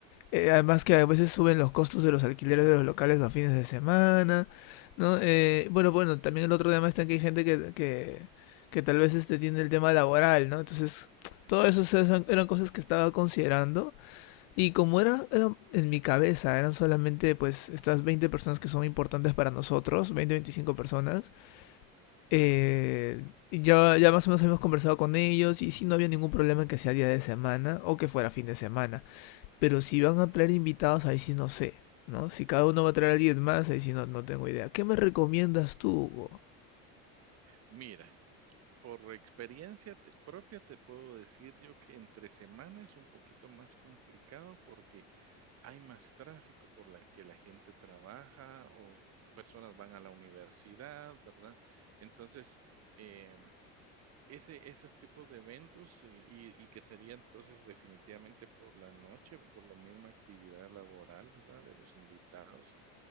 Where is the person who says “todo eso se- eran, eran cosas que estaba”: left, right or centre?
Left